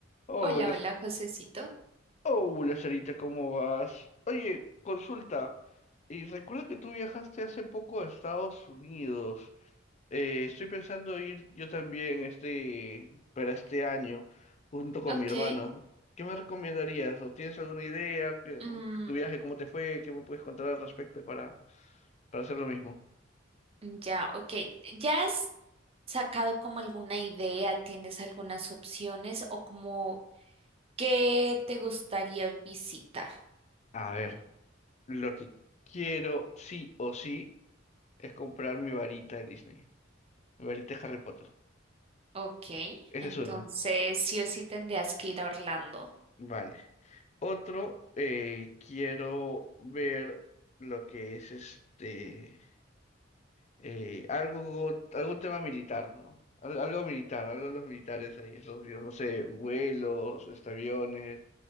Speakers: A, on the left (about 35°); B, on the right (about 30°).
A: Hola,
B: Hola,
A: S-
B: hola, Josecito.
A: hola Sarita, ¿cómo vas? Oye, consulta, y recuerdo que tú viajaste hace poco a Estados Unidos. Eh, estoy pensando ir yo también este, para este año, junto con
B: Ok.
A: mi hermano. ¿Qué me recomendarías? ¿O tienes alguna idea? ¿Qué- o
B: mm,
A: tu viaje, cómo te fue? ¿Qué me puedes contar al respecto para, para hacer lo mismo?
B: ya, ok. ¿Ya has sacado como alguna idea? ¿Tienes algunas opciones o como qué te gustaría visitar?
A: A ver, lo que quiero sí o sí es comprar mi varita de Disney, mi varita de Harry Potter.
B: Ok.
A: Ese
B: Entonces,
A: es uno.
B: sí o sí tendrías que ir a Orlando.
A: Vale. Otro, eh, quiero ver lo que es este, eh, algo, algún tema militar, ¿no? Al- Algo, militar, algo de los militares ahí, esos dios, no sé, vuelos, este, aviones,